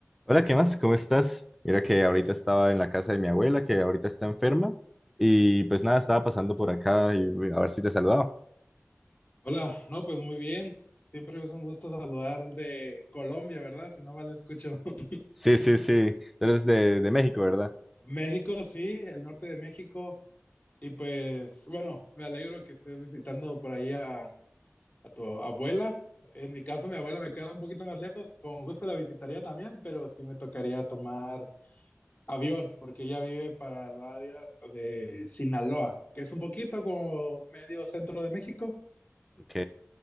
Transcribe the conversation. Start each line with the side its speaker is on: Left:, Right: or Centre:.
Centre: Hola, ¿qué más? ¿Cómo estás? Mira que ahorita estaba en la casa de mi abuela, que ahorita está enferma, y pues nada, estaba pasando por acá y a ver si te saludaba.
Left: Hola, no, pues muy bien. Siempre es un gusto saludar de Colombia, ¿verdad? Si no mal escucho. <laughs>
Centre: Sí, sí, sí, tú eres de, de México, ¿verdad?
Left: México, sí, el norte de México. Y pues, bueno, me alegro que estés visitando por ahí a, a tu abuela. En mi caso, mi abuela me queda un poquito más lejos. Con gusto la visitaría también, pero sí me tocaría tomar avión, porque ella vive para el área de Sinaloa, que es un poquito como medio centro de México.
Centre: Ok,